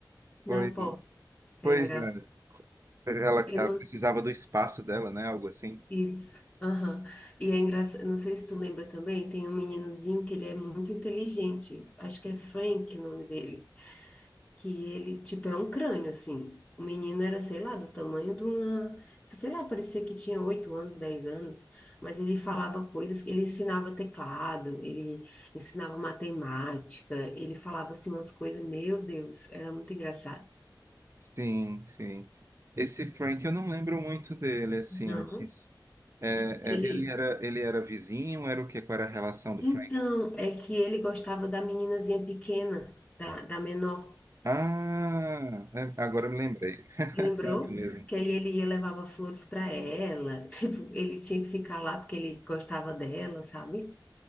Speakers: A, on the left; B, on the right.
A: Na
B: Pois,
A: porta. É
B: pois
A: engraçado.
B: é, ela,
A: Eu
B: ela
A: não...
B: precisava do espaço dela, né? Algo assim.
A: Isso. Aham. E é engraçado. Não sei se tu lembra também, tem um meninozinho que ele é muito inteligente. Acho que é Frank o nome dele. que ele, tipo, é um crânio, assim. O menino era, sei lá, do tamanho de uma, sei lá, parecia que tinha oito anos, dez anos, mas ele falava coisas, ele ensinava teclado, ele ensinava matemática, ele falava assim umas coisas, meu Deus, era muito engraçado.
B: Sim, sim. Esse Frank, eu não lembro muito dele, assim,
A: Não,
B: mas é,
A: que ele,
B: é, ele era, ele era vizinho, era o quê? Qual era a relação do
A: então,
B: Frank?
A: é que ele gostava da meninazinha pequena, da, da menor,
B: Ah, é, agora eu me lembrei. <laughs>
A: lembrou?
B: É mesmo.
A: Que aí ele ia levava flores para ela, <laughs> tipo, ele tinha que ficar lá porque ele gostava dela, sabe?